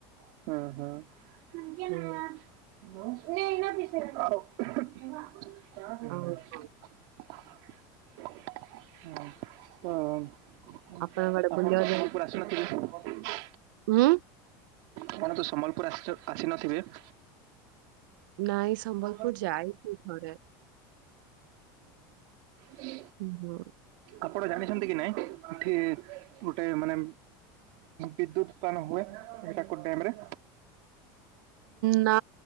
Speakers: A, on the right; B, on the right.
A: ହୁଁ ହୁଁ।
B: ହୁଁ
A: <inaudible> ହୁଁ
B: ଆଉ
A: <unintelligible>
B: କଣ
A: ଆପଣ ତ ସମ୍ବଲପୁର
B: ଆପଣଙ୍କ ଆଡେ ବୁଲିବାକୁ
A: ଆସିନଥିବେ।
B: ଉଁ।
A: କଣ ତୁ ସମ୍ବଲପୁର ଆସି ଆସିନଥିବେ <inaudible>
B: ନାଇଁ ସମ୍ବଲପୁର
A: ହଁ
B: ଯାଇଛି ଥରେ
A: <inaudible>
B: ହୁଁ ହୁଁ <inaudible>
A: ଆପଣ ଜାଣିଛନ୍ତି କି ନାଇଁ ଏଠି ଗୋଟେ ମାନେ ବିଦ୍ୟୁତପାନ ହୁଏ ଏଟାକୁ ଡ୍ୟାମ ରେ।
B: ନା